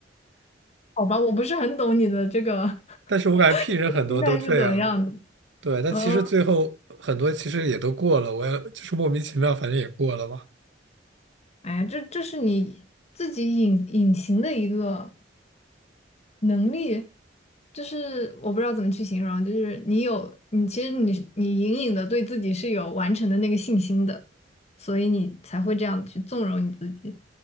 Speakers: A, on the left; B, on the right.
A: 好吧，我不是很懂你的这个
B: <laughs>
A: <laughs>
B: 但是我感觉 P 人很多都这样，
A: 心态是怎么样的。
B: 对，但其实最后很多其实也都过了，
A: 嗯，
B: 我也就是莫名其妙，反正也过了吧。
A: 哎呀，这这是你自己隐隐形的一个能力，就是我不知道怎么去形容，就是你有你其实你你隐隐的对自己是有完成的那个信心的，所以你才会这样去纵容你自己。